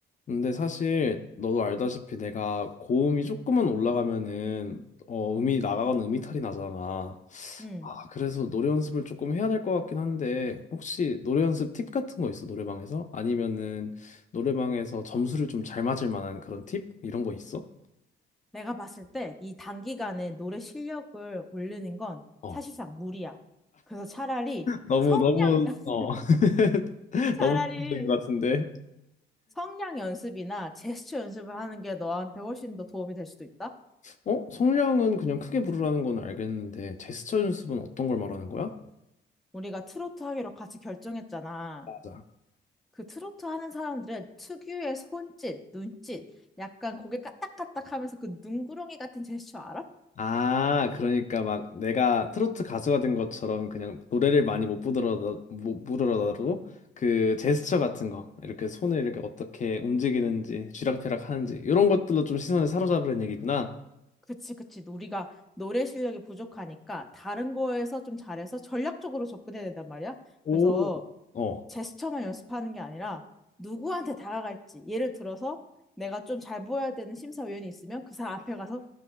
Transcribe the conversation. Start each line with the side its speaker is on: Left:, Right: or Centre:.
Left: 근데 사실 너도 알다시피 내가 고음이 조금만 올라가면은 어 음이 나가거나 음이탈이 나잖아.
Centre: 음,
Left: 아 그래서 노래 연습을 조금 해야 될 것 같긴 한데 혹시 노래 연습 팁 같은 거 있어 노래방에서? 아니면은 노래방에서 점수를 좀 잘 맞을 만한 그런 팁 이런 거 있어?
Centre: 내가 봤을 때 이 단기간에 노래 실력을 올리는 건
Left: 어
Centre: 사실상 무리야. 그래서 차라리
Left: 너무
Centre: 성량,
Left: 너무
Centre: <laughs>
Left: 어 <laughs>
Centre: 차라리
Left: 너무 적인 것 같은데.
Centre: 성량 연습이나 제스처 연습을 하는 게 너한테 훨씬 더 도움이 될 수도 있다?
Left: 어 성량은 그냥 크게 부르라는 건 알겠는데 제스처 연습은 어떤 걸 말하는 거야?
Centre: 우리가 트로트 하기로 같이 결정했잖아.
Left: 맞아.
Centre: 그 트로트 하는 사람들은 특유의 손짓, 눈짓, 약간 고개 까딱까딱 하면서 그 눈구렁이 같은 제스처 알아?
Left: 아, 그러니까 막 내가 트로트 가수가 된 것처럼 그냥 노래를 많이 못 부르더라도, 못 부르더라도 그 제스처 같은 거, 이렇게 손을 이렇게 어떻게 움직이는지, 쥐락펴락 하는지, 이런 것들로 좀 시선을 사로잡으려는 얘기구나.
Centre: 그치, 그치. 우리가 노래 실력이 부족하니까 다른 거에서 좀 잘해서 전략적으로 접근해야 된단 말이야.
Left: 오.
Centre: 그래서
Left: 어.
Centre: 제스처만 연습하는 게 아니라 누구한테 다가갈지. 예를 들어서 내가 좀 잘 보여야 되는 심사위원이 있으면 그 사람 앞에 가서